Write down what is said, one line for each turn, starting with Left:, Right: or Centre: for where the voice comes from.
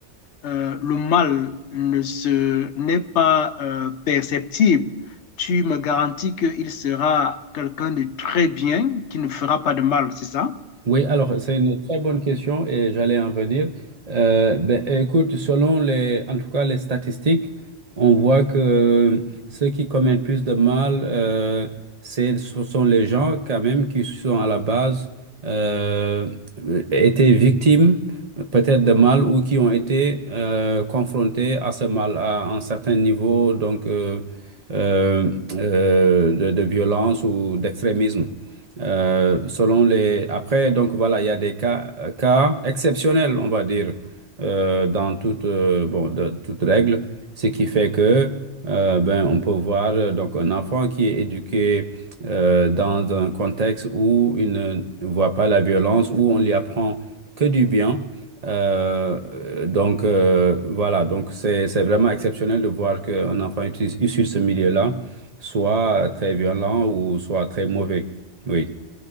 Left: euh, le mal ne se, n'est pas euh, perceptible. Tu me garantis qu'il sera quelqu'un de très bien, qui ne fera pas de mal, c'est ça?
Right: Oui, alors c'est une très bonne question et j'allais en venir. Euh, ben, écoute, selon les, en tout cas les statistiques, on voit que ceux qui commettent plus de mal, euh, c'est, ce sont les gens quand même qui sont à la base euh, étaient victimes peut-être de mal ou qui ont été euh, confrontés à ce mal à un certain niveau donc euh, euh, euh, de, de violence ou d'extrémisme. Euh, selon les... Après, donc voilà, il y a des cas, euh, cas exceptionnels, on va dire, euh, dans toute, euh, bon, de- toute règle, ce qui fait que euh, ben, on peut voir euh, donc, un enfant qui est éduqué euh, dans un contexte où il ne voit pas la violence, où on lui apprend que du bien. Euh, euh, donc euh, voilà, donc c'est c'est vraiment exceptionnel de voir qu'un enfant issu issu de ce milieu-là soit très violent ou soit très mauvais. Oui.